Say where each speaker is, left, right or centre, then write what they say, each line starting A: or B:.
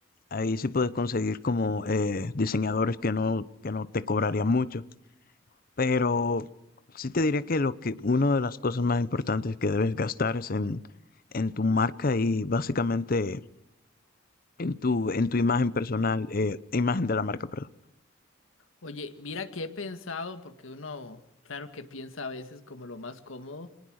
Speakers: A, on the left (about 45°); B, on the left (about 80°).
A: Ahí sí puedes conseguir como eh, diseñadores que no, que no te cobrarían mucho. Pero sí te diría que lo que una de las cosas más importantes que debes gastar es en, en tu marca y básicamente en tu, en tu imagen personal, eh, imagen de la marca, perdón.
B: Oye, mira que he pensado, porque uno, claro que piensa a veces como lo más cómodo